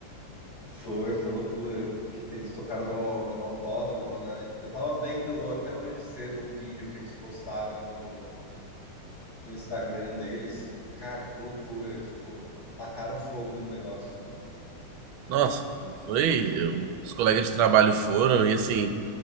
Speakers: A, on the left; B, on the right.
A: Foi, foi loucura. Eles tocaram no, no autódromo, né? Eu tava vendo até hoje cedo um vídeo que eles postaram no, no Instagram deles. Cara, que loucura. Tipo, tacaram fogo no negócio.
B: Nossa, foi. Os colegas de trabalho foram e assim,